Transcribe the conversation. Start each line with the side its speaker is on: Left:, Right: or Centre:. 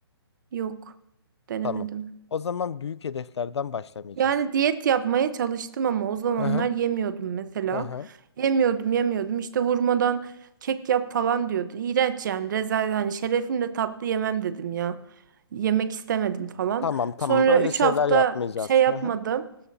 Right: Yok. Denemedim.
Left: Tamam. O zaman büyük hedeflerden başlamayacağız.
Right: Yani diyet yapmaya çalıştım ama o zamanlar
Left: Hı hı.
Right: yemiyordum mesela.
Left: Hı hı.
Right: Yemiyordum, yemiyordum. İşte vurmadan kek yap falan diyordu. İğrenç yani. Rezalet hani şerefimle tatlı yemem dedim ya. Yemek istemedim falan.
Left: Tamam tamam
Right: Sonra
Left: öyle
Right: 3
Left: şeyler
Right: hafta
Left: yapmayacağız.
Right: şey yapmadım.
Left: Hı hı.